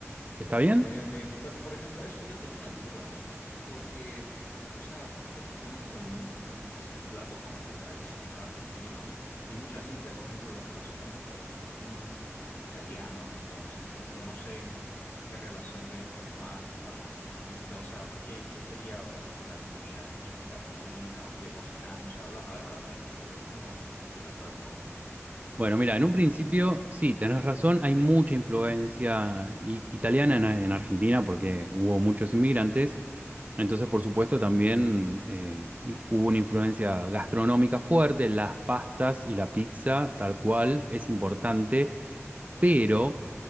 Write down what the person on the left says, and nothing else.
Ok, ok. Pero, por ejemplo, eso yo tenía duda, porque, o sea, yo no conozco ningún así plato como que tradicional argentino, y mucha gente, por ejemplo, lo relaciona mucho a los argentinos con italianos, entonces, por ejemplo, no sé qué relación tienen con la pasta o si es la pizza, o sea, qué, qué sería, por ejemplo, una comida típica argentina o qué cocinás, no sé, habla, a ver, háblame sobre el tema un poco, quisiera saber un poco más.